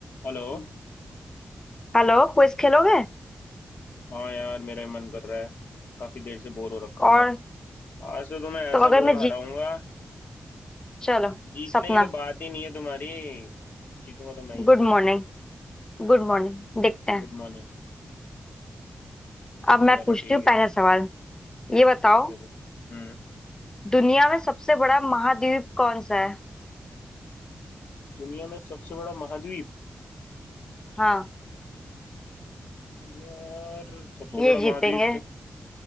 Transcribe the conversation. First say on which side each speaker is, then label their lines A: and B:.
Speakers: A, on the left; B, on the left.
A: Hello
B: हेलो क्विज खेलोगे
A: हाँ यार मेरा ही मन कर रहा है काफी देर से बोर हो रखा
B: और
A: हूं मैं आज तो तुम्हें ऐसा
B: तो अगर
A: बुरा
B: मैं जीत
A: हराऊंगा
B: चलो
A: जीतने
B: सपना
A: की तो बात ही नहीं है तुम्हारी जीतूंगा तो मैं ही
B: Good morning गुड मॉर्निंग देखते हैं
A: Good morning
B: अब मैं
A: चलो
B: पूछती
A: ठीक
B: हूँ
A: है
B: पहला सवाल ये बताओ
A: ठीक है वो हम्म
B: दुनिया में सबसे बड़ा महाद्वीप कौन सा है
A: दुनिया में सबसे बड़ा महाद्वीप
B: हाँ
A: यार सबसे बड़ा
B: ये जीतेंगे
A: महाद्वीप तो